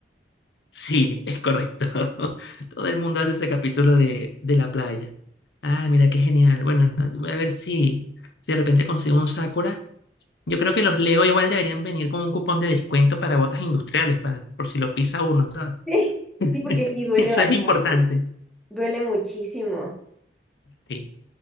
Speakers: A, on the left (about 75°); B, in the centre.
A: Sí, es correcto. <laughs> Todo el mundo hace ese capítulo de, de la playa. Ah, mira, qué genial. Bueno, voy a ver si, si de repente consigo un Sakura Yo creo que los Lego igual deberían venir con un cupón de descuento para botas industriales, para, por si lo pisa uno, ¿sabes?
B: Sí,
A: <laughs>
B: sí, porque sí duele
A: Eso
B: bastante,
A: es importante.
B: duele muchísimo.
A: Sí,